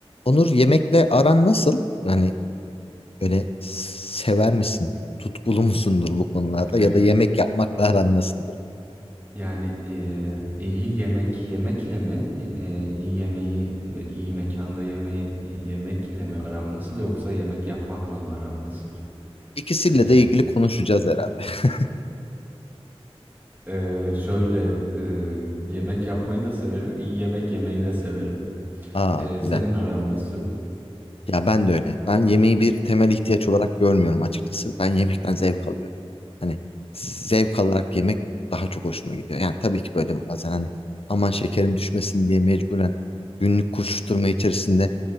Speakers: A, on the left (about 65°); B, on the right (about 20°).
A: Onur yemekle aran nasıl? Hani öyle sever misin? Tutkulu musundur bu konularda?
B: <laughs>
A: Ya da yemek yapmakla aran nasıldır?
B: Yani eee, iyi yemek yemekle mi, eee, iyi yemeği ve iyi mekanda yemeği e, yemekle mi aram nasıl yoksa yemek yapmakla mı aram nasıl?
A: İkisiyle
B: Eee,
A: de ilgili konuşacağız herhalde. <laughs>
B: eee, <laughs> şöyle eee, yemek yapmayı da severim, iyi yemek yemeyi de severim.
A: Aa
B: Eee,
A: güzel.
B: senin aram nasıl?
A: Ya ben de öyle. Ben yemeği bir temel ihtiyaç olarak görmüyorum açıkçası. Ben yemekten zevk alıyorum. Hani zevk alarak yemek daha çok hoşuma gidiyor. Yani tabii ki böyle bazen hani aman şekerim düşmesin diye mecburen günlük koşuşturma içerisinde